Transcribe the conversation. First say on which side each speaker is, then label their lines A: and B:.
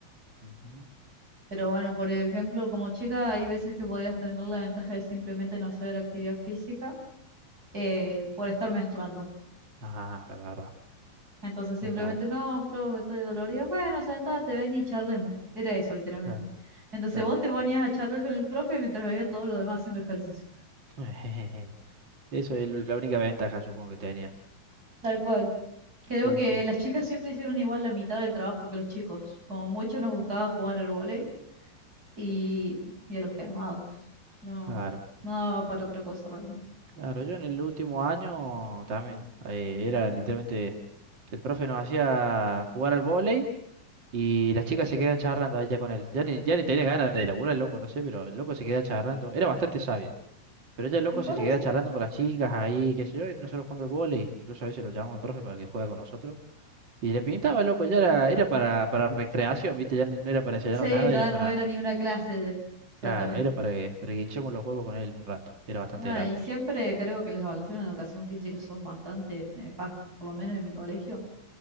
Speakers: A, on the right; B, on the right.
A: Ujú.
B: Pero bueno, por ejemplo, como chica hay veces que podías tener la ventaja de simplemente no hacer actividad física eh, por estar menstruando.
A: Ah, es verdad,
B: Entonces simplemente,
A: es verdad.
B: no, profe, estoy dolorida. Bueno, sentate, ven y charlemos. Era eso, literalmente.
A: Claro,
B: Entonces
A: claro.
B: vos te ponías a charlar con el profe mientras veías todo lo demás haciendo ejercicio.
A: <laughs> Eso es la única ventaja, supongo que tenía.
B: Tal cual. Creo
A: Sí,
B: que
A: sí,
B: las
A: sí.
B: chicas siempre hicieron igual la mitad del trabajo que los chicos. Como mucho nos gustaba jugar al vóley y, y a los quemados. No,
A: claro.
B: no daba para otra cosa realmente.
A: Claro, yo en el último año también eh, era literalmente, el profe nos hacía jugar al vóley y las chicas se quedan charlando allá con él. Ya ni, ya ni tenía ganas de laburar el loco, no sé, pero el loco se queda charlando. Era bastante sabio, pero ya el loco
B: Y por
A: se queda
B: eso.
A: charlando con las chicas ahí, qué sé yo, y nosotros jugando al vóley. Incluso a veces lo llamamos al profe para que juegue con nosotros. Y le pintaba el loco, ya era, era para, para recreación, ¿viste? Ya ni- no era para enseñarnos
B: Sí,
A: nada,
B: ya
A: era para,
B: no era ni una clase, exactamente.
A: claro, era para que, para que hinchemos los huevos con él un rato. Era bastante
B: Nada,
A: gracioso.
B: y siempre creo que las evaluaciones de educación física son bastante nefastas, por lo menos en mi colegio.